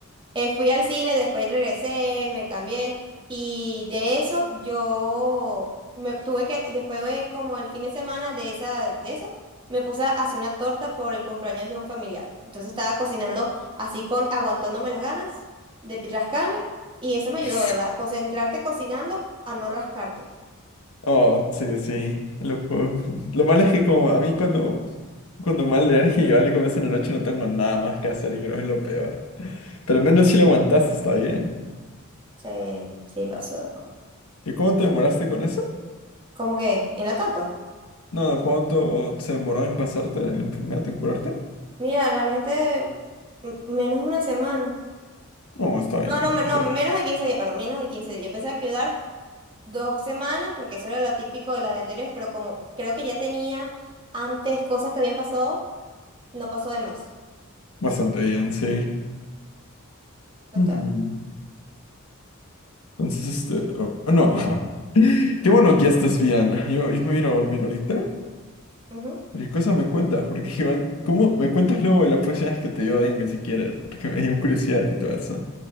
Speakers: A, on the right (about 25°); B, on the left (about 85°).
A: Eh, fui al cine, después regresé, me cambié y de eso yo me tuve que, después de como el fin de semana de esa, de eso, me puse a hacer una torta por el cumpleaños de un familiar. Entonces estaba cocinando así con, aguantándome las ganas de rascarme y eso me
B: <laughs>
A: ayudó, ¿verdad? Concentrarte cocinando a no rascarte.
B: Oh, sí, sí. Lo, puedo- <laughs> lo malo es que como a mí cuando, cuando me da alergia, ¿vale? Como es en la noche no tengo nada más que hacer y creo que es lo peor. Pero al menos si lo aguantaste, está bien.
A: Sí, sí pasó.
B: ¿Y cómo te demoraste con eso?
A: ¿Cómo que? ¿En la torta?
B: No, no, ¿cuánto se demoró en pasarte la enfermedad, en curarte?
A: Mira, realmente m- menos una semana.
B: No, está bien.
A: No, no, me- no,
B: O sea,
A: menos de 15 días, perdón, menos de 15 días. Yo pensaba que iba a dar dos semanas, porque eso era lo típico de las anteriores, pero como creo que ya tenía antes cosas que habían pasado, no pasó de más.
B: bastante bien, sí.
A: Total.
B: Mm. Entonces, este, oh, no. <laughs> Qué bueno que ya estés bien. Yo, yo me voy a ir a dormir ahorita.
A: Ujú.
B: ¿Y qué cosa me cuentas? Porque igual, ¿cómo me cuentas luego la próxima vez que te dio dengue si quieres? Porque me dio curiosidad y todo eso.